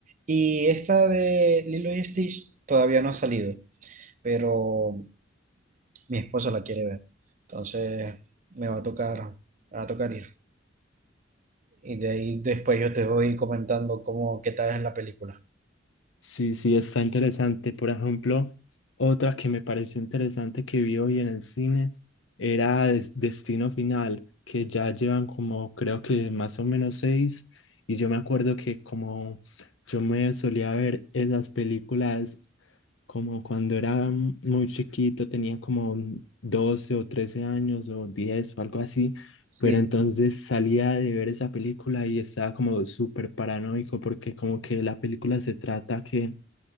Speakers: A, on the right; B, on the left.
A: Y esta de Lilo y Stitch todavía no ha salido, pero mi esposa la quiere ver. Entonces me va a tocar, me va a tocar ir. Y de ahí después yo te voy comentando cómo, qué tal es la película.
B: Sí, sí, está interesante. Por ejemplo, otra que me pareció interesante que vi hoy en el cine era Des- Destino Final, que ya llevan como creo que más o menos seis. Y yo me acuerdo que como yo me solía ver esas películas como cuando era muy chiquito, tenía como 12 o 13 años o 10 o algo así.
A: Sí.
B: Pero entonces salía de ver esa película y estaba como súper paranoico porque como que la película se trata que